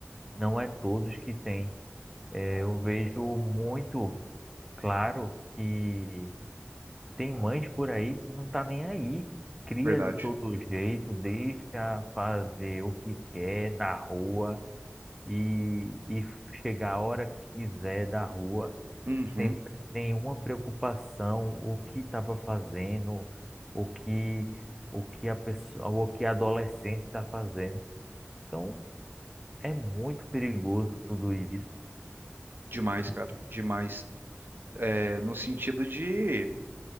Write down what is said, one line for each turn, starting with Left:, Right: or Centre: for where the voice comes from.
Centre: não é todos que têm. É, eu vejo muito claro que Tem mães por aí que não tá nem aí. Cria
Right: Verdade.
Centre: de todo jeito, deixa fazer o que quer na rua e, e chegar a hora que quiser da rua,
Right: Uhum.
Centre: sem pre- nenhuma preocupação, o que estava fazendo, o que o que a pessoa, o que a adolescente está fazendo. Então, é muito perigoso tudo isso.
Right: Demais, cara, demais. É, no sentido de,